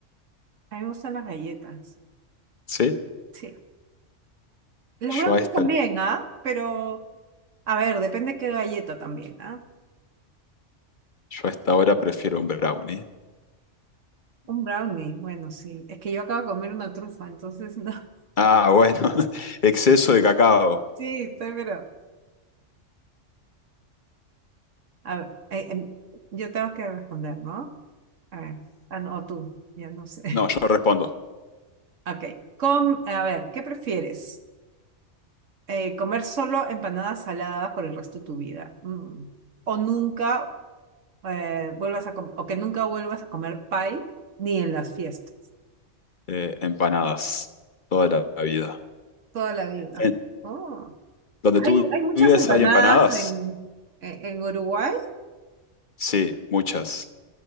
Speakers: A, on the right (about 80°); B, on the left (about 45°).
A: A mí me gustan las galletas.
B: ¿Sí?
A: Sí. Los
B: Yo
A: brownies
B: a esta,
A: también, ¿ah? Pero, a ver, depende qué galleta también, ¿ah?
B: yo a esta hora prefiero un brownie.
A: Un brownie, bueno, sí. Es que yo acabo de comer una trufa, entonces no. <laughs>
B: Ah, bueno, <laughs> exceso de cacao.
A: Sí, estoy, pero. A ver, eh, em, yo tengo que responder, ¿no? A ver, ah, no, o tú, ya no sé. <laughs>
B: No, yo no respondo.
A: Ok. Com- a ver, ¿qué prefieres? Eh, ¿comer solo empanadas saladas por el resto de tu vida? Mm. O nunca eh, vuelvas a com- o que nunca vuelvas a comer pie ni en las fiestas.
B: eh, empanadas toda la la vida.
A: Toda la vida.
B: Eh,
A: Oh.
B: ¿Donde
A: Hay,
B: tú
A: hay muchas
B: vives
A: empanadas
B: hay empanadas?
A: en, en, en Uruguay.
B: Sí, muchas.